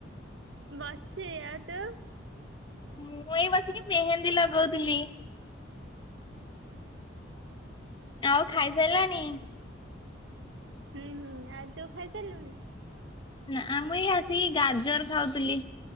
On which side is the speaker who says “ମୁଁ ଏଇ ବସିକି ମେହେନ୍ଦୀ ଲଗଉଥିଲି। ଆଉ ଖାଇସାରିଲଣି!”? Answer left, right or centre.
Left